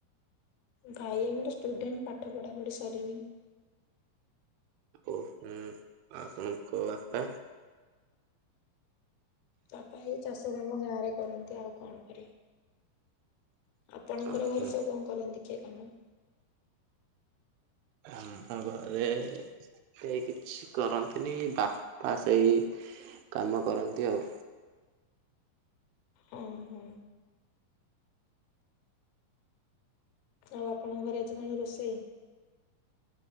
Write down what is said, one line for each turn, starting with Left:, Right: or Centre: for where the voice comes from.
Left: ଭାଇ ଏମିତି ଷ୍ଟୁଡେଣ୍ଟ ପାଠ ପଢା ପଢି ସରନି।
Right: ଓ ହୁଁ। ଆପଣଙ୍କ ବାପା
Left: ବାପା ଏଇ ଚାଷ କାମ ଗାଁ ରେ କରନ୍ତି ଆଉ କଣ କରିବେ। ଆପଣଙ୍କର
Right: ଓହୋ
Left: ଘରେ ସବୁ କଣ କରନ୍ତି କିଏ କାମ।
Right: ଆମ ଘରେ ସେ କିଛି କରନ୍ତିନି ବାପା ସେଇ କାମ କରନ୍ତି ଆଉ।
Left: ଉଁ ହୁଁ। ଆଉ ଆପଣଙ୍କ ଘରେ ଆଜି କଣ ରୋଷେଇ?